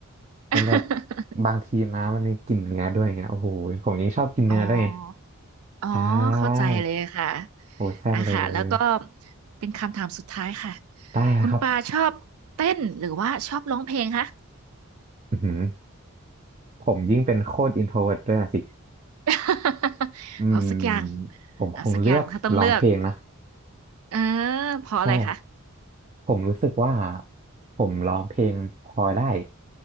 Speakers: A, on the right; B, on the right.
A: <laughs>
B: มันแบบบางทีนะมันมีกลิ่นเนื้อด้วยไงโอ้โหผมยังชอบกินเนื้อด้วยไง
A: อ๋ออ๋อเข้าใจเลยค่ะ
B: ใช่โหแซ่บเลย
A: อ่ะค่ะแล้วก็ เป็นคำถามสุดท้ายค่ะ
B: ได้นะครับ
A: คุณปาชอบเต้นหรือว่าชอบร้องเพลงคะ
B: อือหือผมยิ่งเป็นโคตรอินโทรเวิร์ด้วยนะสิ
A: <laughs>
B: อืม
A: เอาสักอย่าง
B: ผมคงเลือกร้องเพลงนะ
A: เอาสักอย่างถ้าต้องเลือกเออเพราะอะไรคะ
B: ใช่ผมรู้สึกว่าผมร้องเพลงพอได้